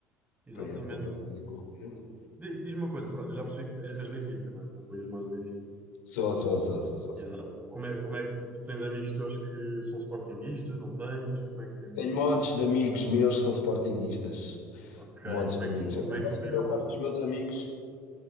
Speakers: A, on the right; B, on the left.
A: Exatamente.
B: Foi a época passada com o Ruben Amorim.
A: Di- Diz-me uma coisa, pronto, eu já percebi que é, és Benfica, não é? Apoias mais o Benfica.
B: Só, só, só, só, só.
A: Exato.
B: só.
A: Como é, como é que tu, tu tens amigos teus que são sportinguistas, não tens? Como é que.
B: Tenho montes de amigos meus que são sportinguistas.
A: Ok.
B: Montes
A: Como
B: de
A: é
B: amigos.
A: que tu,
B: Epá,
A: como é que tu
B: acho que
A: lidas
B: a maior parte
A: assim?
B: dos meus amigos.